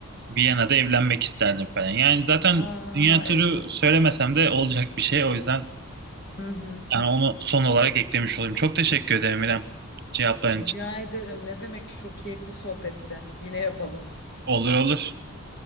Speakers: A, on the right (about 45°); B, on the left (about 50°).
A: Viyana'da evlenmek isterdim falan. Yani zaten
B: Aa
A: dünya turu
B: evet.
A: söylemesem de olacak bir şey. O yüzden
B: Hı hı.
A: yani onu son olarak eklemiş olayım. Çok teşekkür ederim İrem cevapların
B: Rica
A: için.
B: ederim. Ne demek? Çok keyifli sohbette. Yine yapalım.
A: Olur olur.